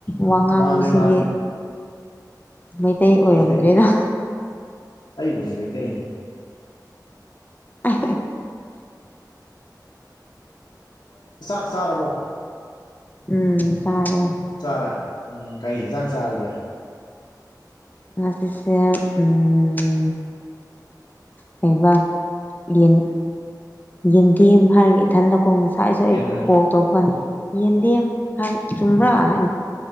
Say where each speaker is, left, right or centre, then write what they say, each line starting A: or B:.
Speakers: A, on the left; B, on the left.
A: ꯋꯥ ꯉꯥꯡꯕꯁꯤꯗꯤ
B: ꯃꯥꯅꯦ ꯃꯥꯅꯦ
A: ꯃꯩꯇꯩ ꯑꯣꯏꯔꯝꯗ꯭ꯔꯦꯗ
B: ꯃꯩꯇꯩꯅꯤ ꯑꯩꯕꯨꯗꯤ ꯃꯩꯇꯩꯅꯦ
A: <unintelligible>
B: ꯆꯥꯛ ꯆꯥꯔꯕꯣ
A: ꯎꯝ ꯆꯥꯔꯦ
B: ꯆꯥꯔꯦ ꯎꯝ ꯀꯩ ꯌꯦꯟꯁꯥꯡ ꯆꯥꯔꯒꯦ
A: ꯉꯖꯤꯁꯦ ꯎꯝ ꯀꯕ ꯌꯦꯟ ꯌꯦꯟꯗꯦꯝ ꯍꯥꯏꯔꯒ ꯏꯊꯟꯗꯀꯣ ꯉꯁꯥꯏ ꯑꯩꯁꯨ
B: ꯌꯦꯟ
A: ꯑꯩ ꯀꯣꯜ ꯇꯧꯕꯅꯤ ꯌꯦꯟꯗꯦꯝ ꯍꯥꯏ ꯆꯨꯝꯕ꯭ꯔꯥ ꯍꯥꯏꯅ